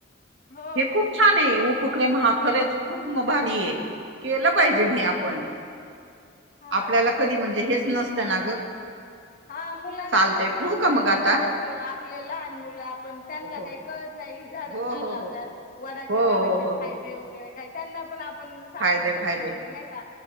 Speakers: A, on the left (about 45°); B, on the right (about 70°).
A: हो
B: हे खूप छान आहे उप ''--'' उपक्रम हा खरंच खूप भारी आहे
A: हा
B: केलं पाहिजे
A: हा
B: ते आपण.
A: हा,
B: आपल्याला
A: ते
B: कधी
A: पण म्हणजे
B: हेच नसतं
A: नाही का असं.
B: ना ग
A: हा मुलांना
B: चालतय
A: पण सांगता
B: ठेवू का मग
A: येतं
B: आता
A: ना त्याच आपले लहान मुलं आपण त्यांना
B: हो हो
A: काही. कळत नाही ही झाड
B: हो
A: का
B: हो
A: लावतात
B: हो
A: वडाच्या
B: हो
A: झाडाचे
B: हो हो.
A: फायदे वगैरे काय त्यांना पण आपणच. सांगू
B: फायदे
A: शकतो
B: फायदे
A: म्हणजे नाय का